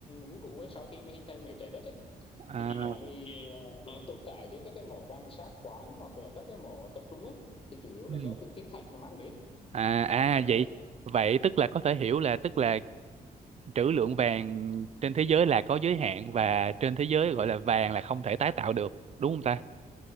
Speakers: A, on the left; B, on the right.
A: vũ trụ ấy sau khi mà hình thành ở trái đất ấy
B: à
A: thì nó mới ờ, nó tồn tại với các cái mỏ vàng sát khoáng hoặc là các cái mỏ tập trung ấy thì chủ yếu
B: ừ.
A: là do từ thiên thạch nó mang đến
B: à à
A: đấy
B: vậy vậy tức là có thể hiểu là tức là trữ lượng vàng trên thế giới là có giới hạn và trên thế giới gọi là vàng là không thể tái tạo được đúng không ta